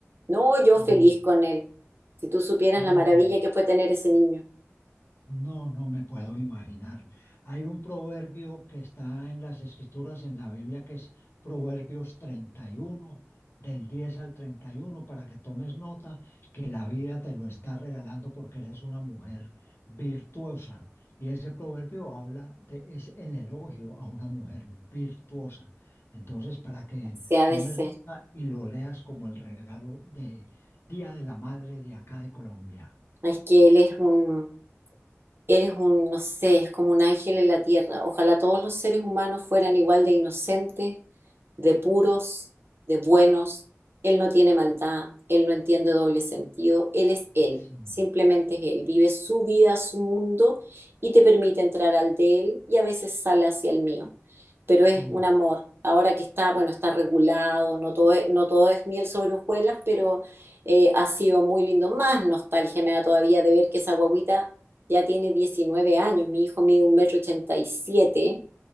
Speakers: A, on the right; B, on the left.
A: No, yo
B: Oh,
A: feliz con él. Si tú supieras
B: ok.
A: la maravilla que fue tener ese niño,
B: No, no me puedo imaginar. Hay un proverbio que está en las escrituras en la Biblia que es Proverbios 31 del 10 al treinta y uno para que tomes nota que la vida te lo está regalando porque eres una mujer virtuosa. Y ese proverbio habla de, es el elogio a una mujer virtuosa. Entonces, para que
A: se ha
B: tomes
A: de ser.
B: nota y lo leas como el regalo de Día de la Madre de acá de Colombia.
A: Es que él es un, Él es un, no sé, es como un ángel en la tierra. Ojalá todos los seres humanos fueran igual de inocentes, de puros, de buenos. Él no tiene maldad, él no entiende doble sentido, él es él,
B: Sí.
A: simplemente es él. Vive su vida, su mundo y te permite entrar al de él y a veces sale hacia el mío. Pero es
B: Oh,
A: un amor. Ahora que está, bueno, está regulado, no todo es, no todo es miel sobre hojuelas, pero eh, ha sido muy lindo. Más nostalgia me da todavía de ver que esa guaguita ya tiene 19 años, mi hijo mide un metro ochenta y siete,